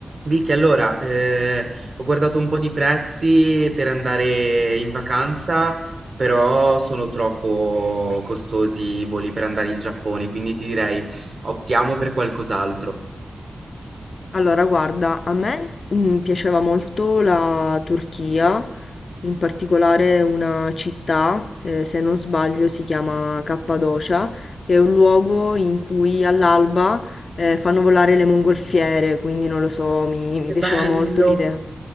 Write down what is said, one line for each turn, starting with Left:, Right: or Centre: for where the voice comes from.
Right: Vicky, allora, eh, ho guardato un po' di prezzi per andare in vacanza, però sono troppo costosi i voli per andare in Giappone, quindi ti direi optiamo per qualcos'altro.
Left: Allora, guarda, a me mm, piaceva molto la Turchia, in particolare una città, eh, se non sbaglio si chiama Cappadocia, che è un luogo in cui all'alba eh, fanno volare le mongolfiere, quindi non lo so, mi, mi
Right: Che
Left: piaceva
Right: bello,
Left: molto l'idea.